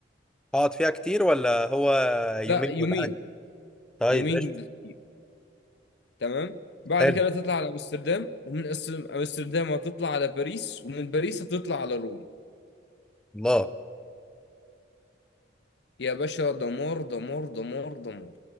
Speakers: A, in the centre; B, on the left.
A: هقعد فيها كتير ولا هو يومين
B: لا يومين
A: ولا حاجة طيب
B: يومين
A: قشطة
B: تمام بعد
A: حلو
B: كده تطلع على امستردام ومن أس- امستردام هتطلع على باريس ومن باريس هتطلع على روم
A: الله
B: يا باشا دمار دمار دمار دمار